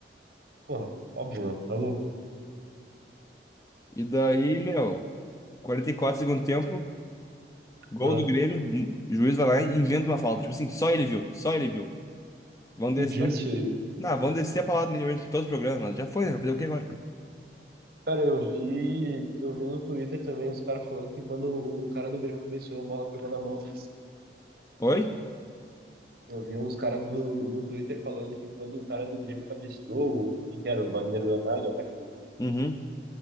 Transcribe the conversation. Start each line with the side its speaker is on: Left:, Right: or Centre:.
Right: Porra, óbvio, né? Tá louco.
Left: E daí, meu, 44 segundo tempo, gol
Right: Ah,
Left: do Grêmio, hum, o juiz vai lá e inventa uma falta. Tipo assim, só ele viu, só ele viu. Vão descer.
Right: tu disse, feio.
Left: Não, vão descer a palavra nele hoje em todos os programas, mas já foi, né? Vai Fazer o que agora?
Right: Cara, eu vi, eu vi no Twitter também os caras falando que quando o cara do Grêmio cabeceou, a bola pegou na mão do
Left: Oi?
Right: Eu vi uns caras no Twitter falando que quando o cara do Grêmio cabeceou, o- quem que era? O Wagner Leonardo, eu acho, né?
Left: Uhum.